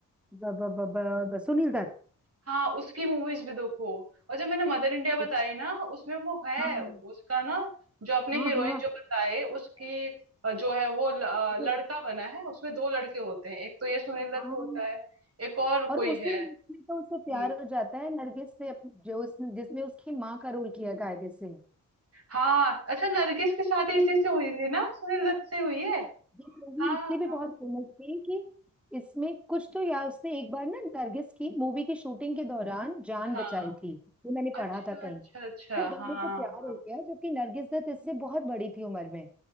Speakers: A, in the centre; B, on the right.
A: बाबा बाबा और बस सुनील दत्त
B: हाँ उसकी मूवीज भी देखो और जब मैंने मदर इंडिया बताई
A: उस-
B: ना उसमें वो है
A: हाँ
B: उसका ना जो अपने
A: हाँ
B: हीरोइन
A: हाँ
B: जो बताए उसकी अ, जो है वो ल- अ,
A: अरे
B: लड़का बना है उसमें दो लड़के होते हैं एक तो ये सुनील दत्त
A: हाँ
B: होता है एक और
A: और
B: कोई
A: उसी
B: है
A: मूवी में तो उससे
B: हम्म
A: प्यार हो जाता है नरगिस से अप- जो उसने जिसने उसकी माँ का रोल किया कायदे से
B: हाँ अच्छा नरगिस की शादी इसी से हुई थी ना सुनील दत्त से हुई है
A: ये मूवी
B: हाँ
A: इसलिए
B: हाँ
A: भी बहुत फेमस थी कि इसमें कुछ तो यार उसने एक बार ना नरगिस की मूवी की शूटिंग के दौरान जान
B: हाँ
A: बचाई थी ये मैंने पढ़ा
B: अच्छा
A: था कहीं
B: अच्छा अच्छा
A: फिर दोनों
B: हाँ
A: को प्यार हो गया जबकि नरगिस दत्त इससे बहुत बड़ी थी उम्र में